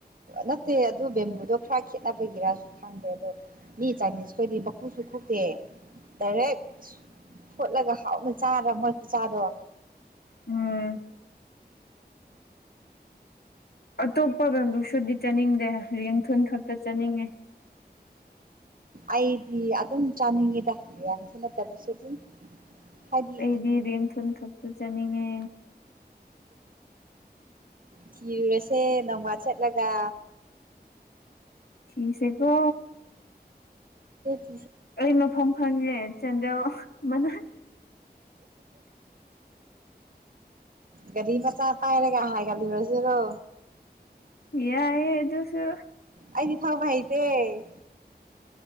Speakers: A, on the right; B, on the left.
A: ꯅꯠꯇꯦ ꯑꯗꯨ ꯕꯦꯝꯕꯨꯗꯣ ꯈꯔ ꯈꯦꯠꯅꯕꯒꯤꯔꯁꯨ ꯈꯪꯗꯦ ꯑꯗꯣ ꯃꯤ ꯆꯥꯏꯅꯤꯁ ꯈꯣꯏꯗꯤ ꯃꯀꯨꯁꯨ ꯈꯇꯦ ꯇꯔꯦ ꯐꯨꯠꯂꯒ ꯍꯥꯎꯅ ꯆꯥꯔ ꯃꯣꯏ ꯄꯨꯆꯥꯥꯗꯣ
B: ꯎꯝ ꯑꯇꯣꯞꯄ ꯂꯝꯗꯨꯁꯨꯗꯤ ꯆꯠꯅꯤꯡꯗꯦ ꯌꯦꯡꯊꯨꯜ ꯈꯛꯇ ꯆꯠꯅꯤꯡꯉꯦ
A: ꯑꯩꯗꯤ ꯑꯗꯨꯝ ꯆꯥꯅꯤꯡꯉꯤꯗꯁꯨ ꯅꯠꯇꯕꯁꯨ ꯑꯗꯨꯝ ꯍꯥꯏꯗꯤ
B: ꯑꯩꯗꯤ ꯔꯦꯡꯊꯜ ꯈꯛꯇ ꯆꯠꯅꯤꯡꯉꯦ
A: ꯊꯤꯔꯨꯔꯁꯦ ꯅꯧꯋꯥ ꯆꯠꯂꯒ
B: ꯊꯁꯦꯀꯣ
A: ꯦ
B: ꯑꯩ ꯃꯐꯝ ꯈꯪꯉꯦ ꯆꯗꯣ ꯃꯅꯥ
A: ꯀꯔꯤ ꯃꯆꯥ ꯄꯥꯏꯔꯦꯒ ꯍꯥꯏꯒꯗꯕꯁꯦꯔꯣ
B: ꯌꯥꯑ ꯑꯗꯨꯁꯨ
A: ꯑꯩꯗꯤ ꯐ ꯍꯥꯏ ꯑꯦ